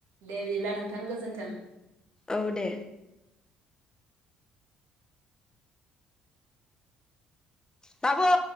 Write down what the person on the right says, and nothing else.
दे बिदिब्ला नोंथां गोजोन्थों